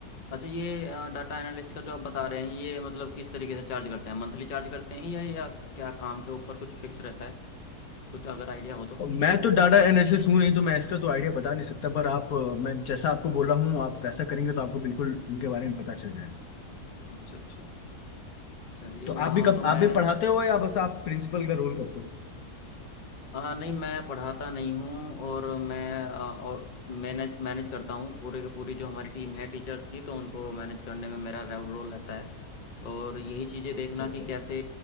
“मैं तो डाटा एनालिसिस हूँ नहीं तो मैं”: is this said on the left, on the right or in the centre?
Left